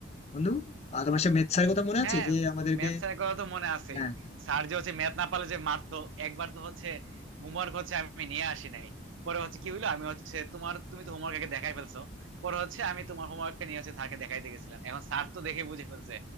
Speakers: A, on the left; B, on the right.
A: বন্ধু আহ, তোমার সে ম্যাথ স্যারের কথা মনে
B: হ্যাঁ
A: আছে যে আমাদেরকে
B: ম্যাথ স্যারের কথা তো মনে আছেই
A: হ্যাঁ
B: স্যার যে হচ্ছে ম্যাথ না পারলে যে মারতো একবার তো হচ্ছে হোমওয়ার্ক হচ্ছে আমি নিয়ে আসি নাই পরে হচ্ছে কি হইলো আমি হচ্ছে তোমার তুমি তো হোমওয়ার্ক আগে দেখাই ফেলছো পরে হচ্ছে আমি তোমার হোমওয়ার্কটা নিয়ে হচ্ছে স্যারকে দেখাইতে গেছিলাম এখন স্যার তো দেখে বুঝে ফেলছে